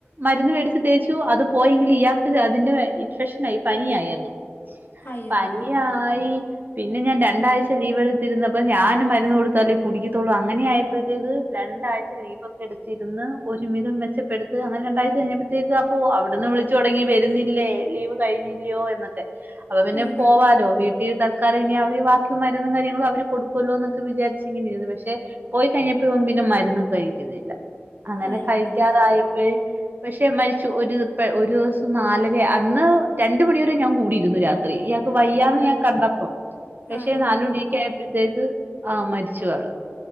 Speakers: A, on the right; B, on the left.
A: മരുന്ന് വേടി ച്ചു. തേച്ചു അത് പോയെങ്കിലും ഇയാക്ക് അതിന്റെ ഇൻഫെഷൻ ആയി പനിയായി അങ്ങ്
B: അയ്യോടാ
A: പനി ആയി, പി ന്നെ ഞാൻ രണ്ടാഴ്ച ലീവ് എടുത്തിരുന്നപ്പ ഞാൻ മരുന്ന് കൊടുത്താലേ കുടിക്കത്തോളൂ അങ്ങനെ ആയപ്പോഴത്തേക്ക് രണ്ടാഴ്ച ലീവ് ഒക്കെ എടുത്തിരുന്ന് ഒരുമിതം മെച്ചപ്പെടുത്ത് അങ്ങനെ രണ്ടാഴ്ച കഴിഞ്ഞപ്പ പ്പത്തേക്ക് അപ്പോ അവിടുന്ന് വിളിച്ച് തൊടങ്ങി വരുന്നില്ലേ ലീവ് കഴിഞ്ഞില്ലോ എന്നൊക്കെ അപ്പ പിന്നെ
B: ഉം
A: പോവാലോ
B: ഉം ഉം
A: വീട്ടിൽ തല് ക്കാലം ഇനി അവര് ബാക്കി മരുന്നും കാര്യങ്ങളും അവര് കൊടുക്കുവല്ലോ എന്നൊക്കെ വിചാരിച്ച് ഇങ്ങനെരുന്നു, പക്ഷേ പോയി കഴിഞ്ഞപ്പഴും പിന്നെ മരുന്ന് കഴിക്കുന്നില്ല. അങ്ങനെ
B: അയ്യോടാ
A: കഴിക്കാതായപ്പോഴ പക്ഷെ പക്ഷേ മരിച്ചു ഒരു പ ഒരു ദിവസം നാലര അന്ന് രണ്ട മണി വരെ ഞാൻ കൂടിയിരുന്നു രാത്രി വയ്യാന്ന്
B: ആണല്ലേ
A: ഞാൻ കണ്ടപ്പോ പക്ഷെ
B: ആഹ് ആഹ്
A: നാലുമണിയോക്കെ
B: ആഹ്
A: ആയപ്പോഴത്തേ ആ മരിച്ചു ആള്